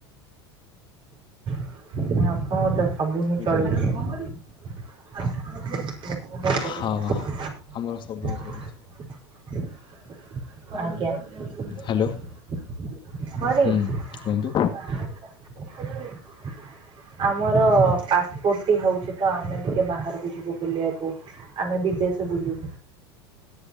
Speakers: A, on the right; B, on the left.
A: ଆପଣ
B: ବୁଝିଲେ।
A: <unintelligible> <unintelligible>
B: ହଁ ଆମର ସବୁ ହେଇସାରିଛି
A: <unintelligible> ଆଜ୍ଞା,
B: ହ୍ୟାଲୋ
A: <unintelligible>
B: ହୁଁ କୁହନ୍ତୁ
A: <unintelligible> ଆମର ପାସପୋର୍ଟ ଟି ହଉଛି ତ ଆମେ ଟିକେ ବାହାରକୁ ଯିବୁ ବୁଲିବାକୁ ଆମେ ବିଦ ସେ ବୁଲ